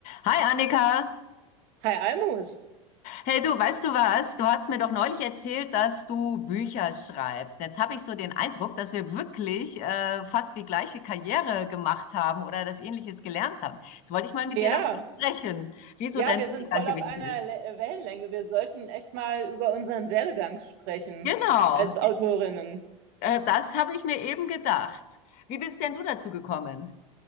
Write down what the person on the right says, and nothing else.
Hi Almut,
ja,
ja,
wir sind
voll
auf einer
Le Wellenlänge. Wir sollten echt mal über unseren Werdegang sprechen
als Autorinnen.